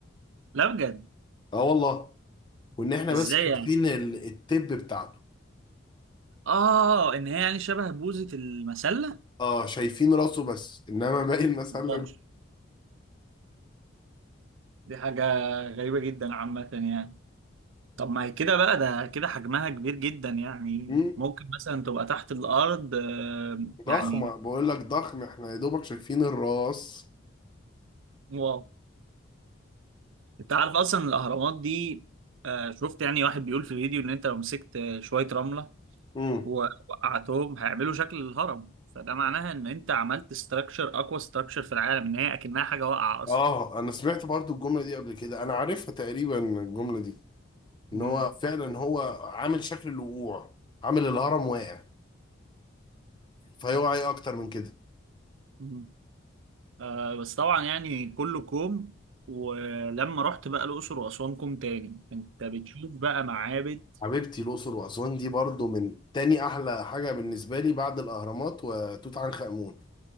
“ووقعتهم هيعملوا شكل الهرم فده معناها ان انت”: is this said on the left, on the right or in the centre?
Right